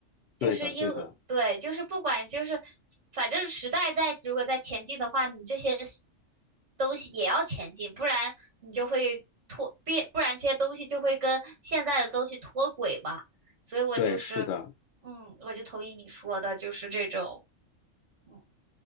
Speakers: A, on the left (about 65°); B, on the right (about 65°).
A: 对的，
B: 就是因为对，
A: 对的，
B: 就是不管就是反正时代在如果在前进的话，你这些 s- 东西也要前进，不然你就会脱变，不然这些东西就会跟现在的东西脱轨嘛。所以我就是，
A: 对，是的，
B: 嗯，我就同意你说的，就是这种，嗯，